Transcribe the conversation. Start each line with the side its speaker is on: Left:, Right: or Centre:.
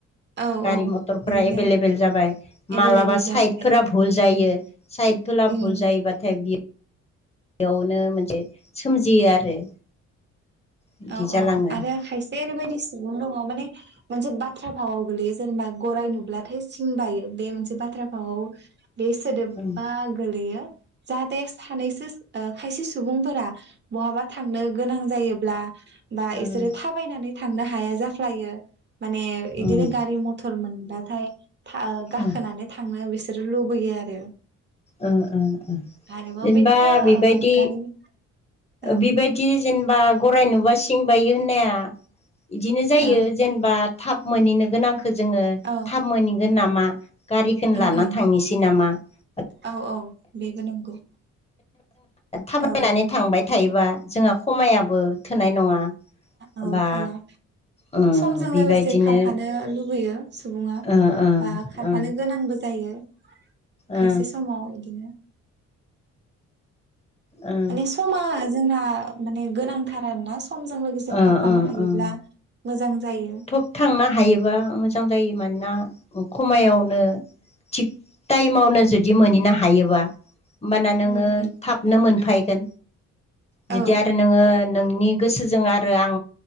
Right: औ
Left: गारि-मथरफ्रा
Right: औ बिदिनो
Left: एभेलेबेल जाबाय। मालाबा
Right: एभेलेबेल
Left: साइदफोरा
Right: जाबाथाय
Left: भुल जायो साइदफोरा
Right: उम
Left: भुल जायोबाथाय बियो बेयावनो मोनसे सोमजियो आरो बिदि
Right: औ
Left: जालाङो
Right: औ आरो खायसेया ओरैबायदि सुबुं दङ माने मोनसे बाथ्रा फावआव गोलैयो जेनेबा गराइ नुब्लाथाय सिं बायो बे मोनसे बाथ्रा फावआव बे सोदोबा
Left: ओं
Right: गोलैयो जाहाथे सानैसो खायसे सुबुंफोरा बहाबा थांनो गोनां जायोब्ला बा
Left: ओं
Right: इसोरो थाबायनानै थांनो हाया जाफ्लायो। माने बिदिनो
Left: ओं
Right: गारि-मथर मटर मोनबाथाय गाखोनानै
Left: ओं
Right: थांनो बिसोरो लुबैयो आरो।
Left: ओ ओ ओ
Right: आरोबाव
Left: जेनेबा
Right: बिदिनो
Left: बेबायदि
Right: ओ गारि औ
Left: बेबायदि <unintelligible> जेनेबा गराइ नुबा सिं बायो होननाया बिदिनो जायो
Right: औ
Left: जेनेबा थाब मोनहैनो गोनांखौ जोङो
Right: औ
Left: थाब मोनहैगोन नामा गारिखौनो
Right: उम
Left: लानानै
Right: उम
Left: थांनोसै नामा <unintelligible>
Right: औ औ बेबो नंगौ
Left: थाबायनानै
Right: औ
Left: थांबाय थायोबा जोंहा खमायाबो थोनाय नङा
Right: ओं
Left: बा
Right: थोआ
Left: ओं
Right: समजों
Left: बेबायदिनो
Right: लोगोसे खारखानो लुबैयो सुबुङा
Left: ओ ओ
Right: बा खारफानो
Left: ओ
Right: गोनांबो जायो
Left: ओ
Right: खायसे समाव बिदिनो
Left: ओ
Right: माने समा जोंना माने गोनांथार आरोना समजों लोगोसे
Left: ओ
Right: खारफानो
Left: ओ
Right: हायोब्ला
Left: ओ
Right: मोजां जायो
Left: <unintelligible> थांनो हायोबा मोजां जायो मानोना खमायावनो
Right: औ
Left: थिग टाइमावनो जुदि मोनहैनो हायोबा होमबाना नोङो
Right: उम उम
Left: थाब नो मोनफैगोन जुदि
Right: औ ओं
Left: आरो नोङो नोंनि गोसोजों आरो आं